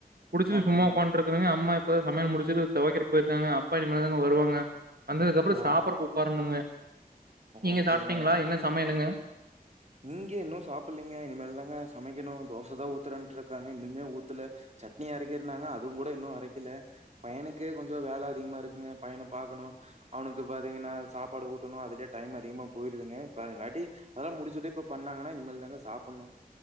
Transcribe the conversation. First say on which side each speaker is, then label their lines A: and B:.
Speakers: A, on the right; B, on the right.
A: புடிச்சட்டு
B: ஓகேங்க
A: சும்மா உக்காண்ட்டு இருக்கறங்க அம்மா இப்போ தான் சமையல் முடிச்சுட்டு துவைக்கிறதுக்கு போயிருக்காங்க அப்பா இனமே தாங்க வருவாங்க வந்ததுக்கு அப்புறம்
B: ஓ
A: சாப்பிடடுறதுக்கு உட்காரணுங்க நீங்க
B: ஓகேங்க
A: சாப்பிட்டீங்களா என்ன சமையலுங்க
B: இங்க இன்னும் சாப்பிடலீங்க இனிமதிரிதாங்க சமைக்கணும் தோசை தான் ஊத்துறன்ட்டு இருக்காங்க இன்னுமே ஊத்துல சட்னி அரைக்கிருனாங்க அதுவும் கூட இன்னும் அரைக்கல பையனுக்கே கொஞ்சம் வேலை அதிகமா இருக்குங்க பையனை பாார்கக்கணும் அவனுக்கு பாாரத்தீங்கன்னா சாப்பாடு ஊட்டணும் அதுலயே டைம் அதிகமா போயிடுதுங்க இப்ப அததுங்காட்டி அதெல்லாம் முடிச்சு ட்டு இப்ப பண்ணாங்கன்னா இனிமேல் தாங்க சாப்பிடணும்